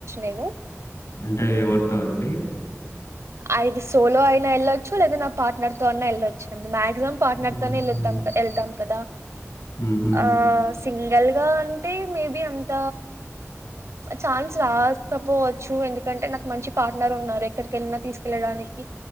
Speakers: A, on the right; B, on the left.
A: నేను
B: అంటే ఎవడతా అండి
A: అఐది సోలో అయినా వెళ్ళచ్చు లేదా నా పార్ట్నర్ తో అనా వెళ్ళొచ్చు అండి మాక్సిమం పార్ట్నర్
B: హ్మ్.
A: తోనే వెళ్తాం
B: హ్మ్.
A: వెళ్తాం కదా
B: హుహు.
A: ఆ సింగల్ అంటే మేబి అంత ఛాన్స్ రాకపోవచ్చు ఎందుకంటే నాకు మంచి పార్ట్నర్ ఉన్నారు ఎక్కడిక వెళ్ళిన తీసుకెళ్ళడానికి